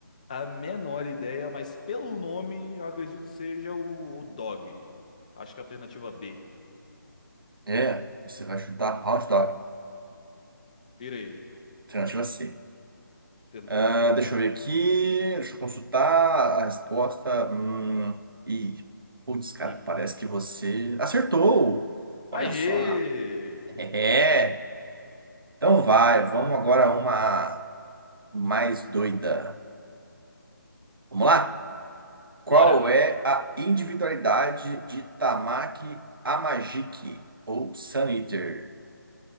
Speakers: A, on the left; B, on the right.
A: a menor ideia, mas pelo nome eu acredito que seja o, o Dog. Acho que é a alternativa B.
B: É, você vai chutar Hound Dog.
A: Irei.
B: Alternativa C.
A: Alternativa
B: Ah,
A: C. Obrigado.
B: deixa eu ver aqui. Deixa eu consultar a resposta. Hum, e, putz, cara,
A: Ih,
B: parece
A: rapaz.
B: que você acertou. Olha
A: Aê!
B: só. É. Então vai, vamos agora a uma mais doida. Vamos lá? Qual
A: Bora!
B: é a individualidade de Tamaki Amajiki ou Sun Eater?